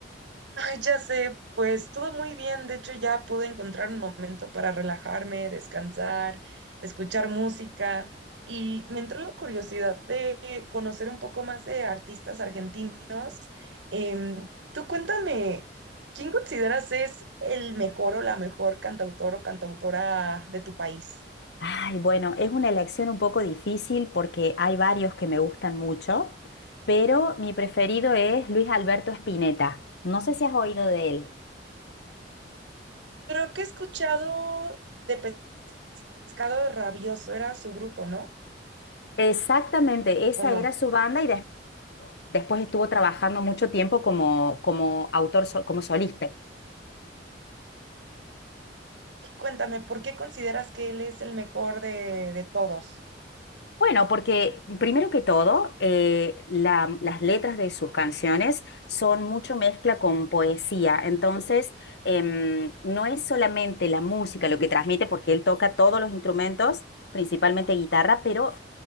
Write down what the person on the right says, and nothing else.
Ay, ya sé, pues todo muy bien. De hecho, ya pude encontrar un momento para relajarme, descansar, escuchar música y me entró la curiosidad de conocer un poco más de artistas argentinos. Em, tú cuéntame, ¿quién consideras es el mejor o la mejor cantautor o cantautora de tu país?
Creo que he escuchado de Pescado Rabioso, era su grupo, ¿no?
¿O no?
Y cuéntame, ¿por qué consideras que él es el mejor de, de todos?